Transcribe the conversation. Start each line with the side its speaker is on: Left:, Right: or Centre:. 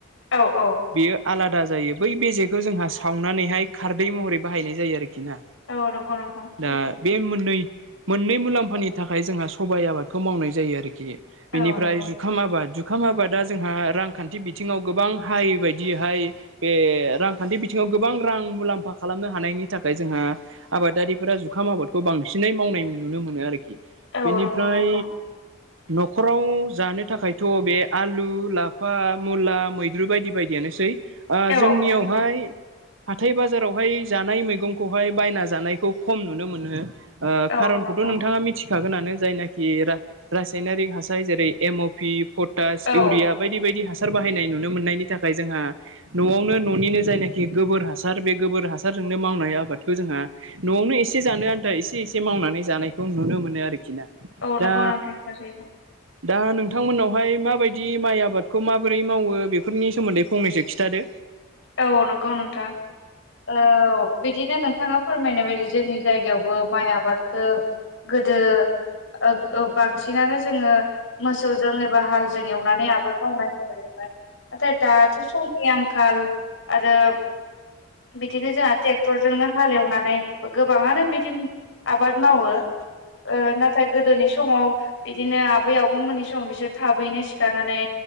Left: औ औ
Right: बेयो आलादा जायो। बै बेेजे खौ जोंहा सावनानैहाय खारदै महरै बाहायनाय जायो आरो खिना।
Left: औ नंगौ नोंथां सैथो
Right: दा बे मोननै मोननै मुलाम्फानि थाखाय जोंहा सबाइ आबादखौ मावनाय जायो आरोखि। बेनिफ्राय
Left: औ नंगौ
Right: जुखाम आबाद जु जुखाम आबादा जोंहा रांखान्थि बिथिङाव गोबां हाय बायदि हाय बे रां खान्थि बिथिङाव गोबां रां मुलाम्फा खालामनो हानायनि थाखाय जोंहा आबादारिफोरा जुखाम आबादखौ बांसिन नै मावनाय नुनो मोनो आरोखि
Left: औ
Right: बेनिफ्राय
Left: नंगौ नोंथां
Right: न'खराव जानो थाखायथ' बे आलु लाफा मुला मैद्रु बायदि बायदियानोसै ओ
Left: औ
Right: जोंनियाव
Left: सैथो
Right: थाय हाथाय बाजारावहाय जानाय मैगंखौहाय बायना जानायखौ खम नुनो मोनो ओ
Left: औ
Right: खारनखौथ'
Left: नंगौ
Right: नोंथाङा मिथिखागोनानो जायनाखि रा रासायनारिक हासार जेरै एमअपि पटास
Left: औ
Right: इउरिया बायदि बायदि हासार सार बाहायनाय नुनो मोननायनि थाखाय जोंहा न'आवनो न'निनो जायनाखि गोबोर हासार बे गोबोर हासारजोंनो मावनाय आबादखौ जोंहा न'आवनो एसे जानो आन्था एसे एसे मावनानै जानायखौ नुनो मोनो आरोखि ना
Left: औ नंगौ
Right: दा
Left: नोंथां थारैनो
Right: दा नोंथांमोनावहाय माबायदि माइ आबादखौ माबोरै मावो बेफोरनि सोमोन्दै फंनैसो खिन्थादो
Left: औ नंगौ नोंथां औ बिदिनो नोंथाङा फोरमायनाय बायदि जोंनि जायगायावबो माइ आबादखौ गोदो ओक औ बांसिनानो जोङो मोसौजों एबा हालजों एवनानै आबाद मावनायखौ नुयोमोन नाथाय दाथ' समनि आंखाल आरो बिदिनो जोंहा ट्रेक्टरजोंनो हालेवनानै गोबाङानो बिदिनो आबाद मावो ओ नाथाय गोदोनि समाव बिदिनो आबै आबौमोननि सम बिसोर थाबैनो सिखारनानै